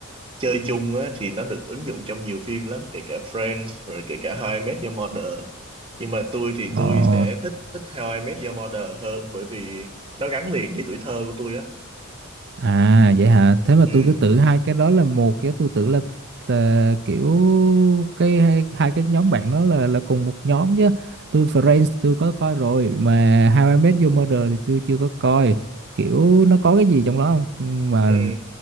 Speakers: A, on the right (about 25°); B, on the right (about 50°).
A: chơi chung á thì nó được ứng dụng trong nhiều phim lắm kể cả Friends rồi kể cả How I Met Your Mother nhưng mà tôi thì
B: Ờ
A: tôi sẽ thích thích How I Met Your Mother hơn bởi vì nó gắn liền với tuổi thơ của tôi á
B: À vậy hả? Thế mà
A: ừ,
B: tôi cứ tưởng hai cái đó là một, chứ tôi tưởng là, là kiểu cái hai, hai cái nhóm bạn đó là là cùng một nhóm chứ. Tôi Friends tôi có coi rồi mà How I Met Your Mother thì tôi chưa có coi. Kiểu nó có cái gì trong đó không? Mà
A: ừ.